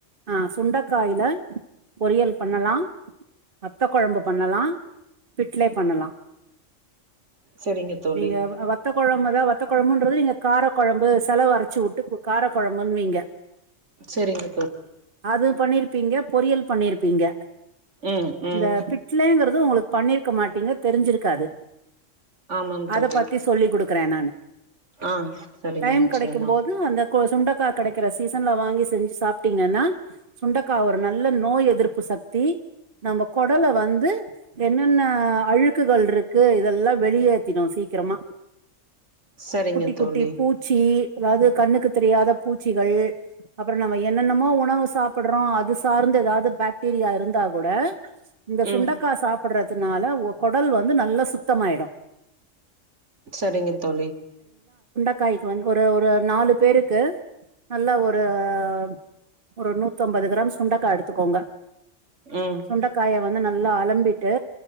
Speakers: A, on the right; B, on the right.
A: ஆ சுண்டக்காய்ல பொரியல் பண்ணலா மத்தப் கொழம்பு பண்ணலா பிட் ட்லே பண்ணலா
B: சரிங்க தோழி
A: நீங்கவ் வத்த கொழம்பதா வத்த கொழமுன்றது நீங்க காரொ கொழம்பு செலவு அரச்சிவுட்டுக் கார கொழம்புன்வீங்க
B: செரிங்க
A: அது பண்ணிருப்பீங்க பொரியல் பண்ணிருப்பீங்க
B: ம் ம்
A: இந்த பிட்லெங்கிறத் து உங்ளுக் பண்ணிருக்க மாட்டீங்க தெரிஞ்சிருக்காது
B: ஆமாம்
A: அத
B: தோழி
A: பத்தி சொல்லிக் குடுக்குறே நானு
B: ஆ சரிங்க
A: டைம்
B: நிச்சயமா
A: கெடைக்கும்போது அந்த கோ சுண்டக்கா கெடைக்கிற சீசன்ல வாங்கி செஞ்சு சாப் டீங்கன்னா சுண்டக்கா ஒரு நல்ல நோய் எதிர்ப்பு சக்தி நம்ப கொடல வந்து என்னென்ன அழுக்குகள்ரிக்கு இதெல்லா வெளியேத்திடு சீக்கிரமா
B: சரிங்க
A: குட்டி
B: தோழி
A: குட்டி பூச்சி எதாவது கண்ணுக்கு தெரியாத பூச்சிகள் அப்பறோ நம்ம என்னென்னமோ உணவு சாப்புட்றோ அது சார்ந்து எதாவது பேக்டீரியா இருந்தா கூட இந்த
B: ம்
A: சுண்டக்கா சாப் ப்புடறதுனால ஒ கொடல் வந்து நல்லா சுத்தமாயிடு
B: செரிங்க தோழி
A: காய்க்கு வந்து ஒரு ஒரு நாலு பேருக்கு நல்லா ஒரு ஆஹ் ஒரு நூத்தம்பது கிராம் சுண்டக்கா எடுத்துக்கோங்க
B: ம்
A: சுண்டக்காய வந்து நல்லா அலம் பிட்டு